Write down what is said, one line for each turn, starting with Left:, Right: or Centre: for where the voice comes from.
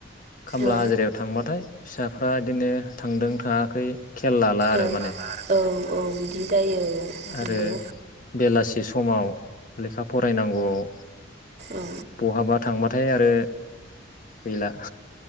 Left: खामला
Right: औ
Left: हाजिरायाव थांबाथाय फिसाफ्रा बिदिनो थांदों थाङाखै खेल लाला आरो
Right: औ
Left: माने
Right: औ औ बिदि जायो औ
Left: आरो
Right: नंगौ।
Left: <unintelligible> समाव लेखा फरायनांगौआव
Right: औ
Left: बहाबा थांबा थाय आरो गैला।